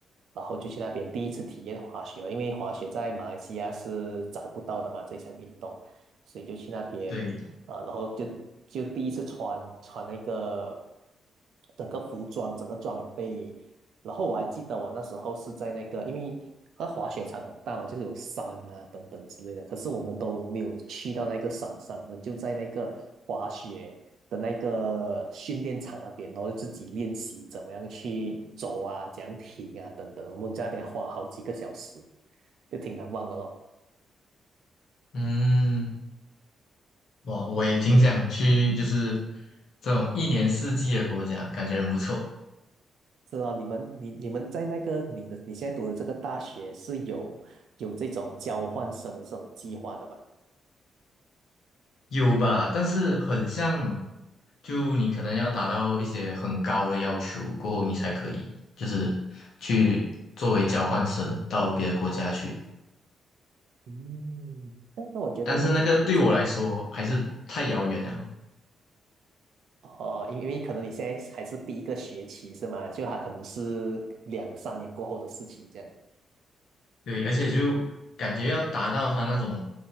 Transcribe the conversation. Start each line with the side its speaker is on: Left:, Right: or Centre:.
Right: 然后就去那边第一次体验滑雪，因为滑雪在马来西亚是找不到的嘛，这项运动，所以就去那边。
Left: 对，
Right: 啊，呃然后就就第一次穿穿那个整个服装、整个装备，然后我还记得我那时候是在那个，因为那滑雪场很大嘛，就是有山啊等等之类的，可是我们都没有去到那个山上，我们就在那个滑雪的那个训练场那边，然后自己练习怎么样去走啊，怎样停啊等等，我们在那边花好几个小时，就挺难忘的咯。
Left: 嗯，哇，我也挺想去，就是这种一年四季的国家，感觉很不错。
Right: 是啊，你们你你们在那个你的你现在读的这个大学是有有这种交换生的这种计划的吧？
Left: 有吧，但是很像，就你可能要达到一些很高的要求过后，你才可以，就是去作为交换生到别的国家去。
Right: 嗯，那那我觉得也挺不错。
Left: 但是那个对我来说还是太遥远了。
Right: 哦，因因为可能你现在还是第一个学期是吗？就他可能是两三年过后的事情这样。
Left: 对，而且就感觉要达到他那种